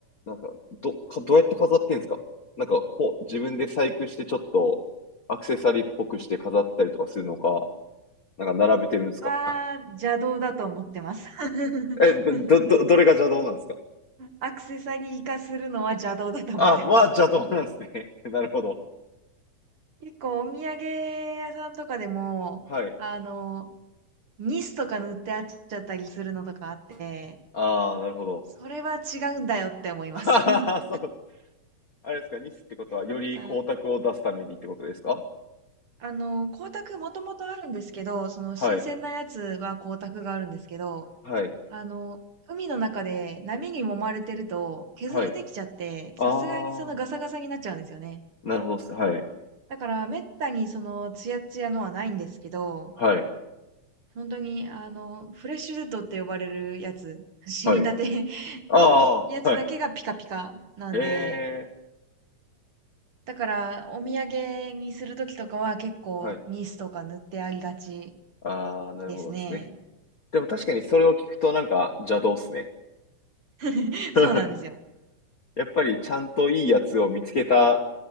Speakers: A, on the left; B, on the right.
A: なんか、ど、か、どうやって飾ってんすかなんか、こう、自分で細工してちょっと、アクセサリーっぽくして飾ってたりとかするのか、なんか並べてるんですか
B: は、邪道だと思ってます。<laughs>
A: え、ど、ど、どどれが邪道なんですか
B: アクセサリー化するのは邪道だと思ってます。
A: あ、は邪道なんですね。<laughs> なるほど。
B: 結構お土産屋さんとかでも、
A: はい。
B: あの、ニスとか塗ってあっちゃったりするのとかあって、
A: ああ、なるほど。
B: それは違うんだよって思います。
A: <laughs>
B: <laughs>
A: そう。あれですか、ニスってことは、より光沢を出すためにってことですか
B: やっぱ、あの、光沢もともとあるんですけど、その新鮮なやつは光沢があるんですけど、
A: はい。はい。
B: あの、海の中で波に揉まれてると削れてきちゃって、
A: はい。ああ、
B: さすがにそのガサガサになっちゃうんですよね。
A: なるほどっす。はい。
B: だから、めったにその、ツヤツヤのはないんですけど、
A: はい。
B: 本当に、あの、フレッシュデッドって呼ばれるやつ、<laughs> 死にたて
A: はい。
B: <laughs>
A: ああ、
B: のやつだけがピカピカなんで、
A: はい。へえ。
B: だから、お土産にするときとかは結構、
A: はい。
B: ニスとか塗ってありがち
A: ああ、なるほどですね。
B: ですね。
A: でも確かにそれを聞くとなんか邪道っすね。
B: <laughs>
A: <laughs>
B: そうなんですよ。
A: やっぱりちゃんといいやつを見つけた